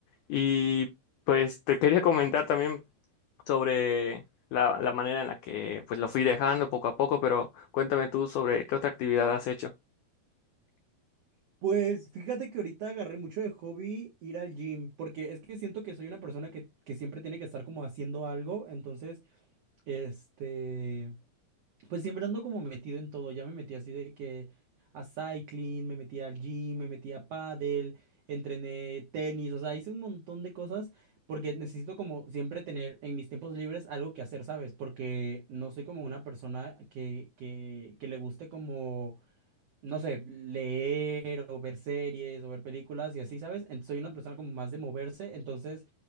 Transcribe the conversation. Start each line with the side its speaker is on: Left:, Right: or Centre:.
Left: Y pues te quería comentar también sobre la, la manera en la que pues lo fui dejando poco a poco, pero cuéntame tú sobre qué otra actividad has hecho.
Right: Pues fíjate que ahorita agarré mucho de hobby ir al gym, porque es que siento que soy una persona que, que siempre tiene que estar como haciendo algo, entonces, este, pues siempre ando como metido en todo, ya me metí así de que a cycling, me metí al gym, me metí a pádel, entrené tenis, o sea, hice un montón de cosas porque necesito como siempre tener en mis tiempos libres algo que hacer, ¿sabes? Porque no soy como una persona que, que, que le guste como no sé, leer o ver series o ver películas y así, ¿sabes? En- Soy una persona como más de moverse, entonces